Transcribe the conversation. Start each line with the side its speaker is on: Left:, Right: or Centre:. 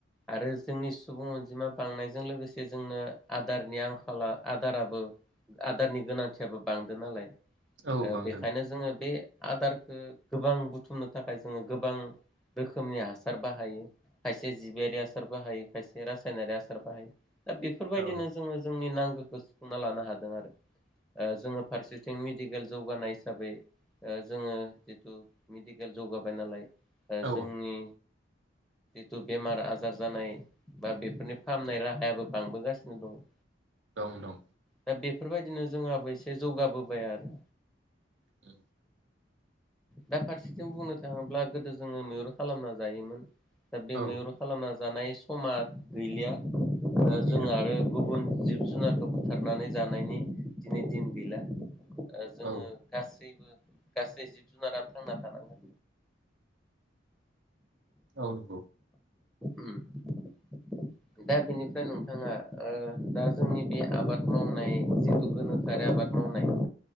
Centre: आरो जोंनि सुबुं अनजिमा बांनायजों लोगोसे जे जोंनो आदारनि आंखाला आदाराबो आदारनि गोनांथियाबो बांदो नालाय
Right: औ
Centre: ओह
Right: बांदों
Centre: बेखायनो जोङो बे आदारखौ गोबां बुथुमनो थाखाय जोङो गोबां रोखोमनि हासार बाहायो खायसे खायसे जिबियारि आसार बाहायो खायसे रासायनारि आसार बाहायो। दा बेफोरबायदिनो
Right: औ
Centre: जोङो जोंनि नांगौ। <unintelligible> सुफुंना लानो हादों आरो ओ जोङो फारसेथिं मेडिकेल जौगानाय हिसाबै ओ जोङो जिथु मेडिकेल जौगाबाय नालाय ओ
Right: औ
Centre: जोंनि जिथु बेमार आजार जानाय बा बेफोरनि फाहामनाय राहायाबो बांबोगासिनो दङ।
Right: दं दं।
Centre: दा बेफोरबायदिनो जोंहाबो एसे जौगाबोबाय आरो।
Right: औ।
Centre: दा फारसेथिं बुंनो थाङोब्ला गोदो जोङो मैहुर खालामना जायोमोन। दा बे
Right: औ
Centre: मैहुर खालामना जानाय समा गैलिया।
Right: गैलिया
Centre: जों आरो गुबुन जिब जुनारखौ बुथारनानै जानायनि दिनै दिन गैला उह जोङो
Right: औ
Centre: गासैबो गासै जिब जुनारानो थांना थानांगोन
Right: औ नंगौ
Centre: उम दा बेनिफ्राय नोंथाङा उह दा जोंनि बे आबाद मावनाय जिथु गोनोखोआरि आबाद मावनाय